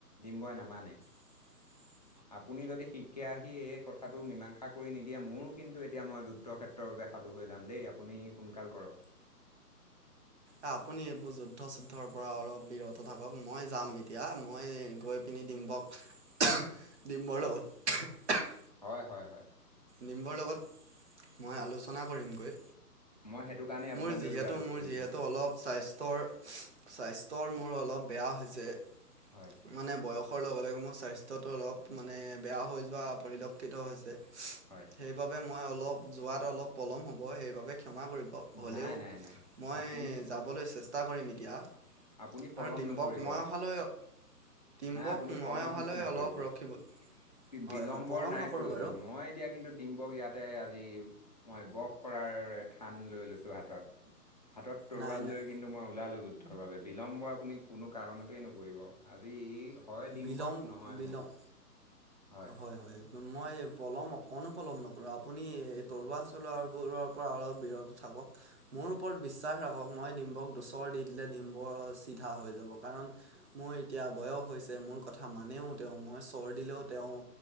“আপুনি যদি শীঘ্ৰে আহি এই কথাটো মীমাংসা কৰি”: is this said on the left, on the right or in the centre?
Left